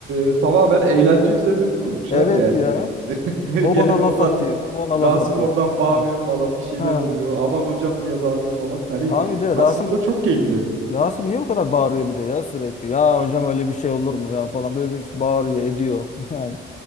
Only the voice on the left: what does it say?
Evet
ya.
O ona
laf atıyor. O ona
laf atıyor.
Ha.
Ha.
Abi de
Rasim
Rasim niye o kadar bağırıyor bir de ya sürekli? Ya hocam öyle bir şey olur mu ya falan böyle bir şey bağırıyor ediyor. <laughs> Yani